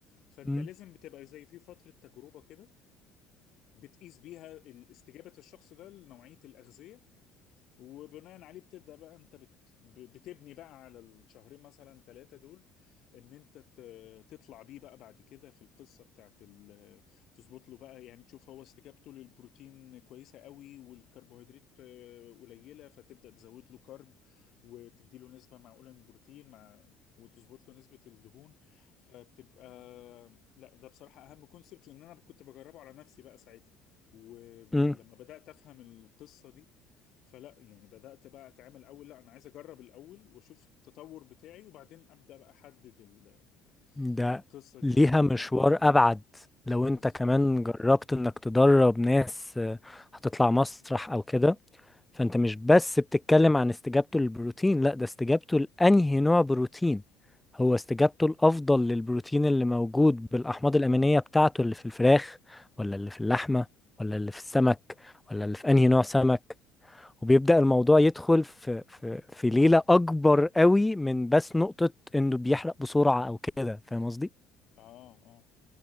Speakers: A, on the left; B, in the centre.
A: فانت
B: مم.
A: لازم بتبقى زي في فترة تجربة كده بتقيس بيها استجابة الشخص ده لنوعية الأغذية وبناء عليه بتبدأ بقى انت بت... ب- بتبني بقى على الشهرين مثلا ثلاثة دول ان انت ت... تطلع بيه بقى بعد كده في القصة بتاعت ال... تظبط له بقى يعني تشوف هو استجابته للبروتين كويسة قوي والكربوهيدرات آه، قليلة فتبدأ تزود له كارب وتدي له نسبة معقولة من البروتين مع وتظبط له نسبة الدهون فبتبقى لا ده بصراحة أهم كونسبت لأن أنا كنت بجربه على نفسي بقى ساعتها ولما
B: مم.
A: بدأت أفهم القصة دي فلا يعني بدأت بقى اتعامل اول لا انا عايز اجرب الاول واشوف التطور بتاعي وبعدين ابدأ بقى احدد ال-
B: ده
A: القصة دي
B: ليها
A: هتتعمل
B: مشوار ابعد لو
A: بالظبط
B: انت كمان جربت انك تدرب ناس آه، هتطلع مسرح او كده فانت مش بس بتتكلم عن استجابته للبروتين لا ده استجابته لأنهي نوع بروتين هو استجابته الأفضل للبروتين اللي موجود بالأحماض الأمينية بتاعته اللي في الفراخ ولا اللي في اللحمة ولا اللي في السمك ولا اللي في أنهي نوع سمك وبيبدأ الموضوع يدخل في في في ليلة أكبر قوي من بس نقطة إنه بيحرق بسرعة أو كده فاهم قصدي؟
A: اه اه